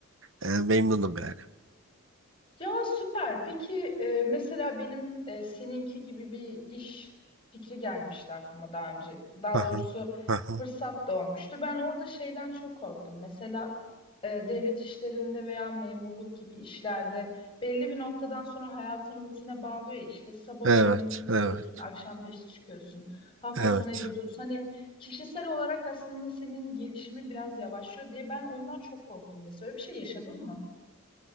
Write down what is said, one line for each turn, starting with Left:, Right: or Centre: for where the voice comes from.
Right: e, memnunum yani.
Left: Ya süper. Peki e, mesela benim e, seninki gibi bir iş fikri gelmişti aklıma daha önce. Daha
Right: Aha,
Left: doğrusu
Right: aha.
Left: fırsat doğmuştu. Ben orada şeyden çok korktum. Mesela e, devlet işlerinde veya memurluk gibi işlerde belli bir noktadan sonra hayatın rutine bağlıyor. ya. İşte sabah
Right: Evet,
Left: uyanıyorsun,
Right: evet,
Left: gidiyorsun, akşam 5'te çıkıyorsun, hafta
Right: evet.
Left: sonu evde oturuyorsun. Hani kişisel olarak aslında senin gelişimin biraz yavaşlıyor diye ben ondan çok korktum. Mesela öyle bir şey yaşadın mı?